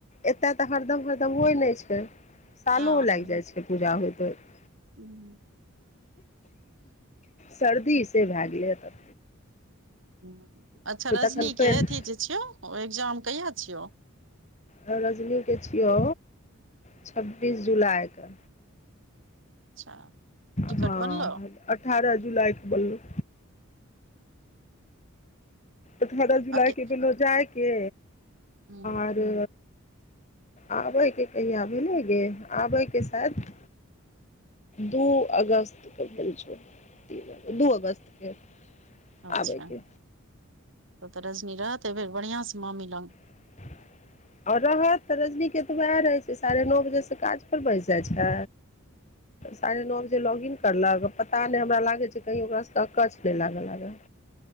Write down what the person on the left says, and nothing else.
एतय तऽ हरदम हरदम होइ नहि छै सालो
लागि
जाइ छै पूजा होइत होइत
सर्दी से भए गेलै ह तब
तखन फेर
रजनीके छियौ छब्बीस जुलाईके
हाँ
अठारह जुलाई के बोललू <inaudible> अठारह जुलाई
के भेलउ जाय के
आरे आबयके कहिया भेलै गे आबयके शायद दू अगस्त के भैल छै दु अगस्त के
आबे के
<inaudible> ओर रहत तऽ रजनीके तऽ उएह रहैत छै साढ़े नौ बजेसे काज पर बैस जाइत छै साढ़े नौ जे लॉग इन करलक पता नहि हमरा लागे छै कही ओकराँकछ नहि लागे लाग